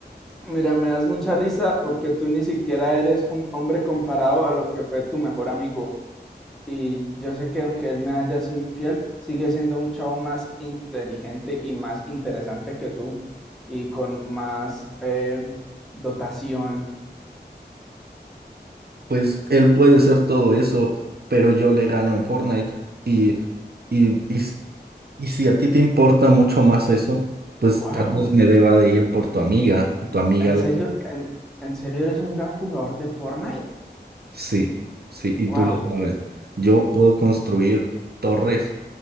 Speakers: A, in the centre; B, on the right.
A: Mira, me das mucha risa porque tú ni siquiera eres un hombre comparado a lo que fue tu mejor amigo. Y yo sé que aunque él me haya sido infiel, sigue siendo un chavo más inteligente y más interesante que tú y con más eh, dotación.
B: Pues él puede ser todo eso, pero yo le gano en Fortnite y, y, y Y si a ti te importa mucho más eso, pues
A: Wow,
B: tal vez me deba de ir por tu amiga, tu amiga
A: ¿en
B: la
A: serio?
B: que-
A: ¿En, en serio eres un gran jugador de Fortnite?
B: Sí, sí, y
A: Wow,
B: tú lo sabes. Yo puedo construir torres